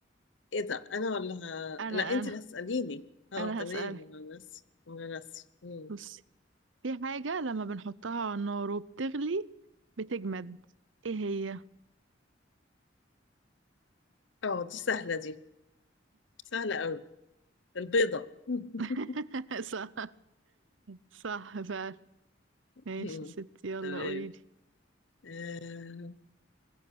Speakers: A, on the left; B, on the right.
A: ايه ده انا ولا ه...
B: انا
A: لا انت
B: انا
A: اللي هتسأليني اه
B: انا
A: تمام
B: هسألك
A: انا ناسي انا ناسي مم.
B: بصي في حاجة لما بنحطها على النار وبتغلي بتجمد ايه هي
A: اه دي سهلة دي سهلة قوي البيضة <laughs>
B: <laughs> صح صح فعلا ماشي
A: مم.
B: يا ستي يلا
A: تمام
B: قوليلي
A: آه.